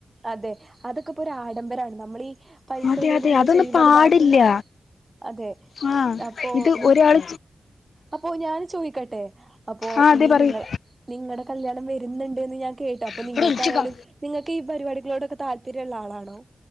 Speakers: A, on the right; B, on the left.
A: അതെ അതൊക്കെ ഇപ്പോ ഒരു ആഡംബരമാണ് നമ്മളീ പൈസ
B: അതെ
A: ഉള്ളോൽ
B: അതെ
A: ഇങ്ങനെ
B: അതൊന്നും
A: ചെയ്യുമ്പോ
B: പാടില്ല
A: അത് ബാക്കിയുള്ളോൽ. അതെ
B: ആ
A: അപ്പൊ
B: ഇത്
A: നി
B: ഒരാൾ
A: അപ്പൊ ഞൻ ചോദിക്കട്ടെ? അപ്പോ
B: ആ
A: ഇനി
B: അതെ പറയൂ
A: നിങ്ങൾ. നിങ്ങളുടെ കല്ല്യാണം വരുന്നുണ്ട് എന്ന് ഞാൻ കേട്ടു അപ്പൊ
B: ഇവിടെ
A: നിങ്ങൾക്കായാലും
B: വിളിച്ചിക്കാ
A: നിങ്ങൾക്ക് ഈ പരിപാടികളോടൊക്കെ താല്പര്യ ഉള്ള ആളാണോ?